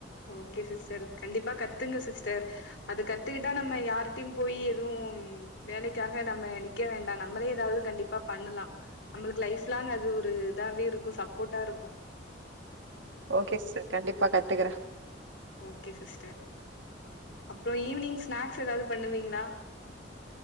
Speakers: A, on the left (about 70°); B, on the right (about 80°).
A: ஓகே சிஸ்டர் கண்டிப்பா கத்துங்க சிஸ்டர் அது கத்துக்குட்டா நம்ம யார்ட்டியு போயி எதுவு வேலைக்காக நம்ம நிக்கெ வேண்டா நம்மளே ஏதாவ்து கண்டிப்பா பண்ணுலா நம்ளுக்கு லைஃப் லாங் அது ஒரு இதாவே இருக்கு சப்போர்ட்டா இருக்கூ
B: ஓகே சிஸ்டர் கண்டிப்பா கத்துக்குறே
A: ஓகே சிஸ்டர் அப்பறோ ஈவினிங் ஸ்நாக்ஸ் ஏதாவது பண்ணுவீங்களா